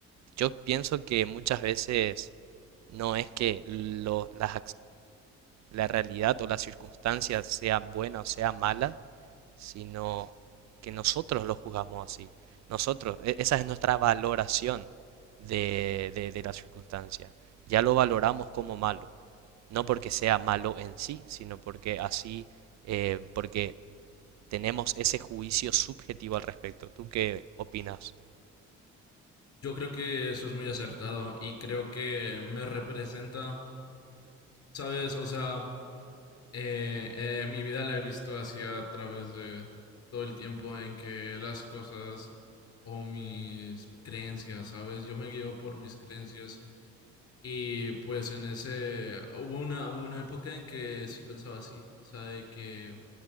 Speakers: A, on the right; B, on the left.
A: Yo pienso que muchas veces no es que lo- las, la realidad o las circunstancias sean buenas o sean malas, sino que nosotros lo juzgamos así. Nosotros, e- esa es nuestra valoración de, de, de la circunstancia. Ya lo valoramos como malo, no porque sea malo en sí, sino porque así, eh, porque tenemos ese juicio subjetivo al respecto. ¿Tú qué opinas?
B: Yo creo que eso es muy acertado y creo que me representa, ¿sabes? O sea, Eh, eh, mi vida la he visto así a través de todo el tiempo en que las cosas o mis creencias, ¿sabes? Yo me guío por mis creencias y pues en ese hubo una, una época en que sí pensaba así, o sea, de que